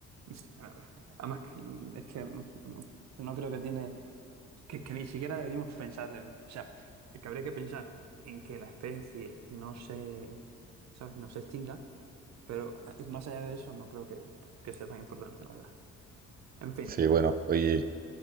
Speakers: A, on the right; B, on the right.
A: Sí, la verdad. Además, que, es que no, no- no creo que tiene. que, que ni siquiera deberíamos pensar en... O sea, que habría que pensar en que la especie no se, ¿sabes? No se extinga, pero ah, es más allá de eso no creo que, que sea tan importante, la verdad. En fin,
B: Sí, bueno, oye,